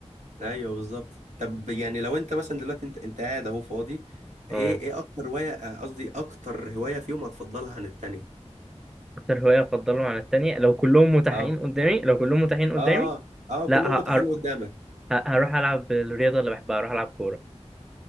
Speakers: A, on the right; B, in the centre.
A: ايوه بالظبط طب يعني لو انت مثلا دلوقتي انت انت قاعد اهو فاضي ايه
B: اه
A: ايه اكتر هوايه آه، قصدي اكتر هوايه فيهم هتفضلها عن التانية
B: اكتر هوايه افضلهم عن التانية لو كلهم متاحين
A: اه
B: قدامي لو كلهم متاحين قدامي
A: اه اه اه
B: لا
A: كلهم
B: ه-
A: متاحين
B: هر-
A: قدامك
B: ه- هروح العب الرياضه اللي بحبها هروح العب كوره